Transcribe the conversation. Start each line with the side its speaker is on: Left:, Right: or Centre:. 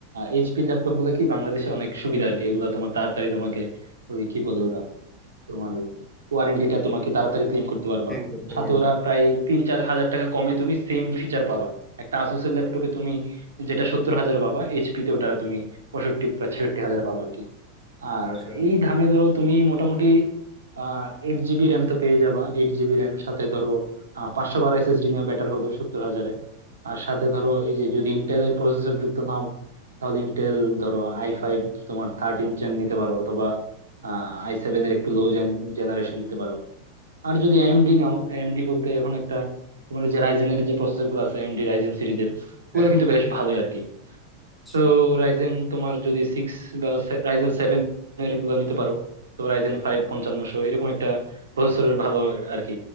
Right: এইচপির ল্যাপটপ গুলো কি বাংলাদেশে অনেক সুবিধা আর কি এগুলো তোমার তাড়াতাড়ি তোমাকে ওই কি বলে ওরা তোমার ওয়ারেন্টিটা তোমাকে তাড়াতাড়ি ক্লেম করতে পারবা
Centre: সেম করতে
Right: সাথে
Centre: পারবো
Right: ওরা প্রায় তিন চার হাজার টাকা কমে তুমি সেম ফিচার পাবা একটা আসুসের ল্যাপটপে তুমি যেটা সত্তর হাজার পাবা এইচপি তে ওটা তুমি পঁয়ষট্টি বা ছেষট্টি হাজার পাবা আর কি আর
Centre: আচ্ছা
Right: এই দামে ধরো তুমি মোটামুটি আহ এইট জিবি র্যাম তো পেয়ে যাবা এইট জিবি র্যাম সাথে ধরো আহ পাঁচশো বারো এসএসডি নেওয়া বেটার হবে সত্তর হাজারে আর সাথে ধরো এই যে যদি ইন্টেলের প্রসেসর যুক্ত নাও তাহলে ইন্টেল ধরো আই ফাইভ তোমার থার্টিন জেন নিতে পারো অথবা আই সেভেন এর একটু লো জেন জেনারেশন নিতে পারো আর যদি এএমডি নাও এএমডি বলতে এখন একটা তোমার এই যে রাইজেন এর যে প্রসেসর গুলো আছে এএমডি রাইজেন সিরিজের ওগুলো
Centre: হ্যাঁ
Right: কিন্তু
Centre: হ্যাঁ
Right: বেশ ভালোই আর কি
Centre: আচ্ছা
Right: তো রাইজেন তোমার যদি সিক্স বা সে- রাইজেন সেভেন এর গুলো নিতে পারো তো রাইজেন ফাইভ পঞ্চান্নশো এরকম একটা প্রসেসরের ভালো আর কি